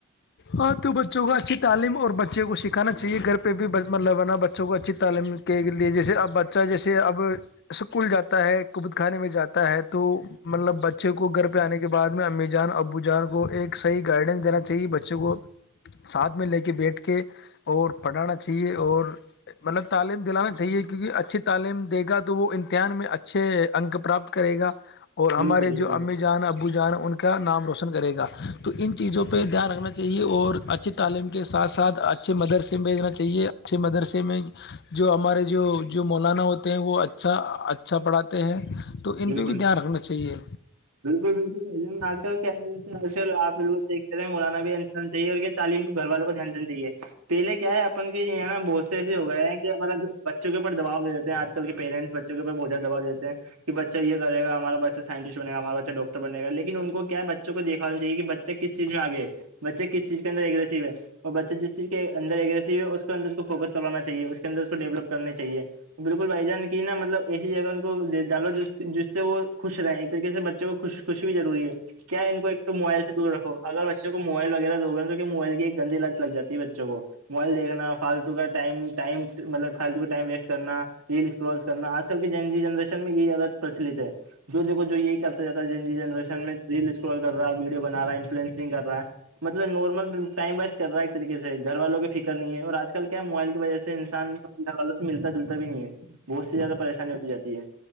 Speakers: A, on the left; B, on the right.
A: ہاں تو بچوں کو اچھی تعلیم اور بچے کو سکھانا چاہیے گھر پہ بھی ملبانہ بچہ بچوں کو اچھی تعلیم کے لیے جیسے اب بچہ جیسے اب اسکول جاتا ہے کبت خانے میں جاتا تو ہے توو مطلب بچے کو گھر پہ آنے کے بعد میں امی جان ابو جان کو ایک صح گائڈنس دینا تھا چاہے بچوں کو ساتھ میں لے کے بیٹھ کے اور پڑھانا چاہیے اور مطلب تعلیم دلانا چاہیے کیونکہ اچھی تعلیم دے گا تو وہ امتحان میں اچ اچھے ا انک پراپت کرے گا اور ہمارے
B: بالکل بالکل
A: جو امی جان ابو جان ہیں ان کے کا نام روشن کرے گا تو ان چیزوں پر پہ دھیان رکھنا چاہیے اور اچھی تعلیم کے ساتھ ساتھ اچھے مدرسے میں بھیجنا چاہیے اچھے مدرسے میں جو ہمارے جو جو مولانا ہوتے ہیں وہ اچھا اچھا پڑھاتے ہیں تو ان
B: بالکل
A: پہ بھی دھیان رکھنا چاہیے
B: بالکل بالکل ب آج کل کے آئے جل آپیکھ مولانا بھی چیے اور یہ تعم کو گھر والوں کو دھیان دینا چاہے پہلے کیا ہے اپن کے یہ نا بہت سے ایسے ہو گئے ہیں کہ مطلب بچوں کے اوپر دبا دے دیتے ہیں آج کل کے پیرینٹس بچوں کے بہھت زیادہ دباؤ دیتے ہیں کہ بچہ یہ کرے گا ہمارا بچہ سائنٹسٹ بنے گا ہمارا بچہ ڈاکٹر بنے گا لیکن ان کو کیا بچا کو دکھانا چاہے کہ بچے کس چیز میں آگے ہے بچہ کس چیز کے اندرگریسو ہے اور بچہ جس چیز کے اندرگریسو ہے اس کے انر اس کو فوکس کروانا چاہے اس کے انر کو ڈیولپ کرنی چاہیے بالکل بھائی جان کی نا مطلب ایسی جگہ ان کو د جالو ج جس سے وہ خوش رہے ایک طریقے سے بچوں کو خوش خوشی بھی ضروری ہے کیا ان کو ایک تو موبائل سے دور رو اگر بچوں کو موائل وغیرہ دو گا توون موبائل کی ایک گندی لت لگ جاتی ہے بچوں کو موبائل دیکھنا فالتو کا ٹ ٹائم مطلب فالتو کا ٹائم ویسٹ کرنا ریلس ول کرنا آج کل کی جن جی جنریشن میں یہ زیادہ پرچلت ہے جو دیک کو جو یہی کرتا جاتا ہے جن جی جنریشن میں ر سکرول کر رہا ہے ویڈوں بنا رہا انفلئنسنگ کر رہا ہے مطلب نارمل ٹائم ویسٹ کر رہا ہے ایک طریقے سے گھر والوں کی فکر نہیں ہے اور آج کل کیا موبائل وجہ سے انسان والوں سے ملتا جلتا بھی نہیں ہے بہت سی زیادہ پریشانی ہوتی جاتی ہے